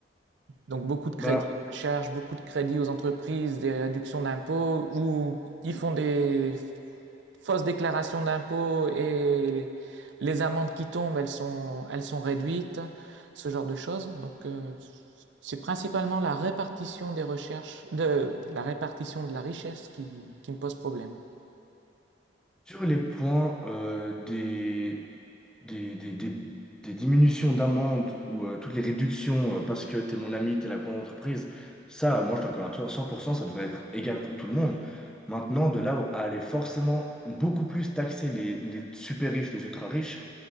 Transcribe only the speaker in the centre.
Bah,
Sur les points euh, des, des, des- des- des diminutions d'amende ou euh, toutes les réductions euh, parce que t'es mon ami, t'es la grande entreprise, ça, moi je t'accorde à toi, 100%, ça devrait être égal pour tout le monde. Maintenant, de là à aller forcément beaucoup plus taxer les, les super riches, les ultra riches,